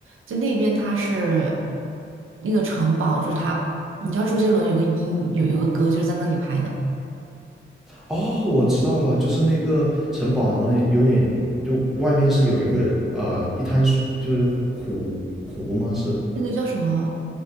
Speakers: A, on the right; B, in the centre.
A: 就那边它是那个城堡，就是它，你知道周杰伦有个音有有个歌就是在那里拍的，
B: 哦，我知道了，就是那个城堡，然后呢有点就外面是有一个呃一滩水，就是湖湖吗？是
A: 那个叫什么？